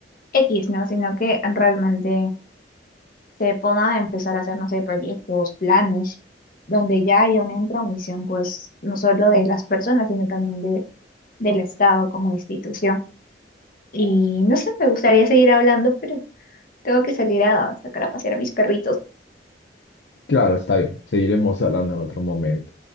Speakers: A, on the left; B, on the left.
A: X, ¿no? Sino que realmente se pueda empezar a hacer, no sé, proyectos, planes, donde ya haya una intromisión pues no solo de las personas, sino también del Estado como institución. Y no sé, me gustaría seguir hablando, pero tengo que salir a sacar a pasear a mis perritos.
B: Claro, está bien. Seguiremos hablando en otro momento.